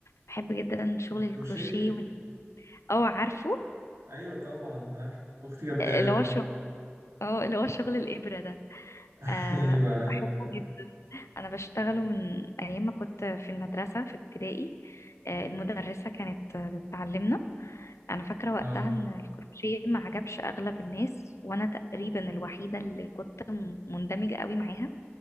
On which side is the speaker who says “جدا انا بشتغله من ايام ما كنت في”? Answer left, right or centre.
Left